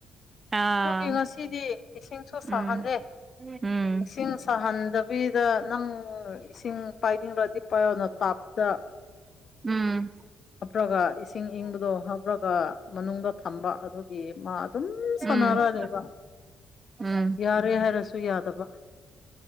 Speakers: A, on the right; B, on the left.
A: ꯑꯥ
B: ꯅꯣꯏꯒꯤ ꯉꯁꯤꯗꯤ ꯏꯁꯤꯡꯁꯨ ꯁꯥꯍꯜꯂꯦ
A: ꯎꯝ ꯎꯝ
B: ꯏꯁꯤꯡ ꯁꯥꯍꯟꯗꯕꯤꯗ ꯅꯪ ꯏꯁꯤꯡ ꯄꯥꯏꯅꯤꯡꯕ꯭ꯔꯗꯤ ꯄꯥꯏꯌꯣꯅ ꯇꯥꯞꯇ
A: ꯎꯝ
B: ꯍꯥꯞꯄ꯭ꯔꯒ ꯏꯁꯤꯡ ꯏꯪꯕꯗꯣ ꯍꯥꯞꯄꯒ ꯃꯅꯨꯡꯗ ꯊꯝꯕ ꯑꯗꯨ ꯏ ꯃꯥ ꯑꯗꯨꯝ
A: ꯎꯝ
B: ꯁꯥꯟꯅꯔꯛꯅꯦꯦꯕ
A: ꯎꯝ
B: ꯌꯥꯔꯦ ꯍꯥꯏꯔꯁꯨ ꯌꯥꯗꯕ